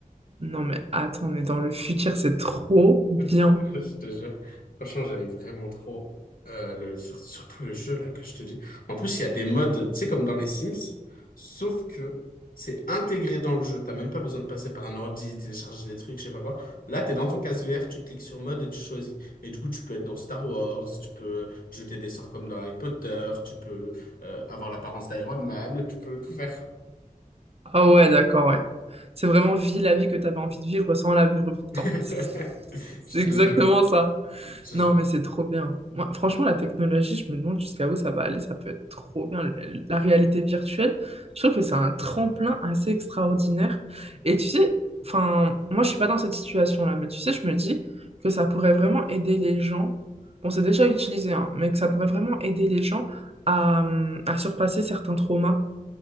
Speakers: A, on the right; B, on the left.
A: Non mais attends, on est dans le futur, c'est trop bien.
B: <laughs> Je te jure. Franchement, j'aime vraiment trop euh, le, sur- surtout le jeu là que je te dis. En plus, il y a des modes, tu sais, comme dans les Sims, sauf que c'est intégré dans le jeu. T'as même pas besoin de passer par un ordi, télécharger des trucs, je sais pas quoi. Là, t'es dans ton casque vert, tu cliques sur mode et tu choisis. Et du coup, tu peux être dans Star Wars, tu peux jeter des sorts comme dans Harry Potter, tu peux euh, avoir l'apparence d'Iron Man, tu peux tout faire.
A: Ah ouais, d'accord, ouais. C'est vraiment vie la vie que t'avais envie de vivre sans la vivre pourtant.
B: <laughs>
A: <laughs> C'est
B: Je te
A: exactement
B: jure,
A: ça.
B: je
A: Non,
B: te jure.
A: mais c'est trop bien. Moi, franchement, la technologie, je me demande jusqu'à où ça va aller. Ça peut être trop bien. Le- La réalité virtuelle, je trouve que c'est un tremplin assez extraordinaire. Et tu sais, enfin, moi, je suis pas dans cette situation-là, mais tu sais, je me dis que ça pourrait vraiment aider les gens. Bon, c'est déjà utilisé, hein, mais que ça pourrait vraiment aider les gens à, hum, à surpasser certains traumas.